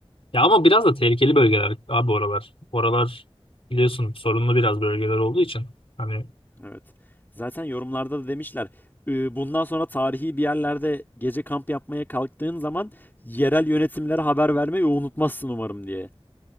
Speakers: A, on the left; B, on the left.
A: Ya ama biraz da tehlikeli bölgeler abi oralar. Oralar biliyorsun sorunlu biraz bölgeler olduğu için. Hani
B: Evet. Zaten yorumlarda da demişler. "Ee, Bundan sonra tarihi bir yerlerde gece kamp yapmaya kalktığın zaman yerel yönetimlere haber vermeyi unutmazsın umarım diye.